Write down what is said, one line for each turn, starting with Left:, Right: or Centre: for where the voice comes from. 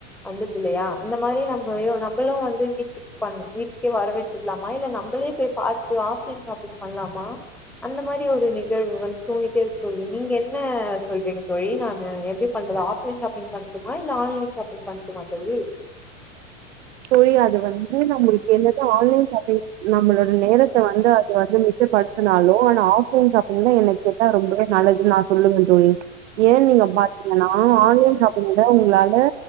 Centre: வந்துற்தில்லையா இந்த மாரி நம்போ நம்பளும் வந்து வீட்க்‌ பன் வீட்டுக்கே வர வச்சிடலாம் மா இல்ல நம்மளே பேய் பாத்து ஆப்லைன் ஷாப்பிங் பண்லாமா அந்த மாரி ஒரு நிகழ்வு வந் தோனிட்டே இருக்கு தோழி நீங்க என்ன சொல்றீங்க தோழி நான்னு எப்டி பண்றது ஆப்லைன் ஷாப்பிங் பண்ட்டுமா இல்ல ஆன்லைன் ஷாப்பிங் பண்ட்டுமா தோழி
Right: தோழி அது வந்து நம்மளுக்கு என்னதான் ஆன்லைன் ஷாப்பிங் நம்மளோட நேரத்தை வந்து அது வந்து மிச்சப்படுத்துனாலும் ஆனா ஆப்லைன் ஷாப்பிங் தான் என்ன கேட்டா ரொம்ப நல்லது நான் சொல்ல முடியும் தோழி ஏன் நீங்க பாத்தீங்ன்னா ஆன்லைன் ஷாப்பிங்ல உங்களால